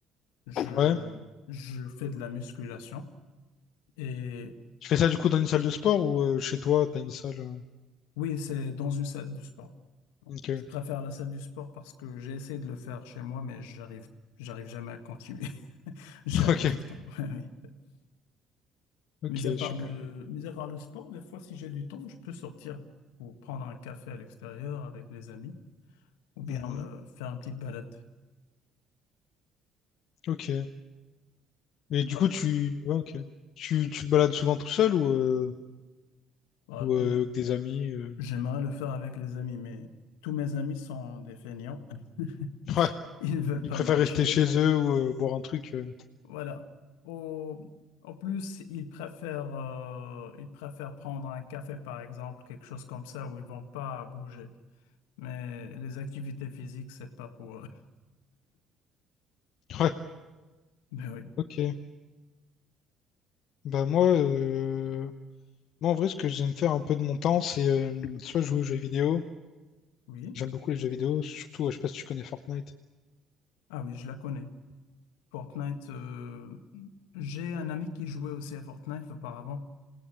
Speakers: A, on the left; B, on the left.
A: Je,
B: Ouais.
A: je fais de la musculation et
B: Tu fais ça du coup dans une salle de sport ou euh, chez toi, t'as une salle? euh,
A: Oui, c'est dans une salle du sport. Bon,
B: Ok.
A: je préfère la salle du sport parce que j'ai essayé de le faire chez moi, mais j'arrive, j'arrive jamais à continuer. <laughs> J'arrête
B: <laughs> Ok.
A: tout le temps. <laughs> Oui.
B: Ok,
A: Mais à part
B: super.
A: le, mis à part le sport, des fois, si j'ai du temps, je peux sortir pour prendre un café à l'extérieur avec les amis ou bien
B: Mhm.
A: me faire une petite balade.
B: Ok. Et du
A: Ah,
B: coup, tu... ouais, ok. Tu, tu te balades souvent tout seul ou, euh,
A: ah,
B: ou euh,
A: j-
B: avec des amis euh
A: j'aimerais le faire avec les amis, mais tous mes amis sont des feignants. <laughs>
B: Ouais,
A: Ils ne veulent
B: ils
A: pas
B: préfèrent
A: marcher.
B: rester chez eux ou euh, boire un truc. euh.
A: Voilà. Au- en plus, ils préfèrent, euh, ils préfèrent prendre un café, par exemple, quelque chose comme ça, où ils vont pas bouger. Mais les activités physiques, c'est pas pour eux.
B: Ouais,
A: <laughs> Mais oui.
B: ok. Bah moi, euh, moi, en vrai, ce que j'aime faire un peu de mon temps, c'est euh, soit jouer aux jeux vidéo.
A: Oui.
B: J'aime beaucoup les jeux vidéo, surtout, euh, je sais pas si tu connais Fortnite.
A: Ah oui, je la connais. Fortnite, euh, j'ai un ami qui jouait aussi à Fortnite auparavant.